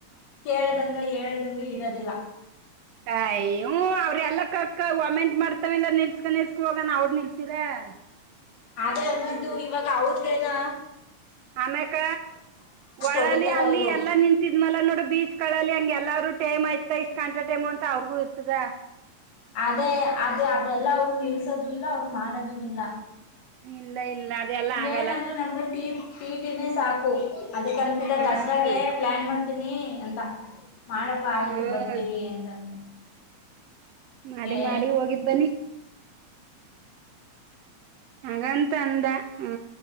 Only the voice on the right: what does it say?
ಕಯ್ಯೂ ಅವ್ರೆಲ್ಲ ಕಕ್ಕ ಒಮೆಂಟ್ ಮಾಡ್ತವೆೆಲ್ಲ ನಿಲ್ಸ್ಕೊಂಡ ನಿಲ್ಸ್ಕೊಂಡು ಹೋಗಣ ಅವ್ರ ನಿಲ್ಸಿರ. ಹಾ
ಆಮ್ಯೇಕ ಒಳಲಿ
ಅಲ್ಲಿ
ಎಲ್ಲಾ ನಿಂತಿದ್ಮಲ್ಲ ನೋಡು ಬೀಚ್ ಕಳಲಿ ಅಂಗ. ಎಲ್ಲಾರೂ ಟೈಮ್ ಆಯ್ತ ಇಷ್ಟ್ ಗಂಟ ಟೈಮ್ ಅಂತ ಅವ್ರಿಗೂ ಇರ್ತದ.
ಇಲ್ಲ ಇಲ್ಲ ಅದೆಲ್ಲಾ
ಆಗಲ್ಲ
ಹ್ಮ್
ಹ್ಮ್
ಮಾಡಿ
ಮಾಡಿ ಹೋಗಿದ್ ಬನ್ನಿ. ಹಾಗಂತ ಅಂದ ಆ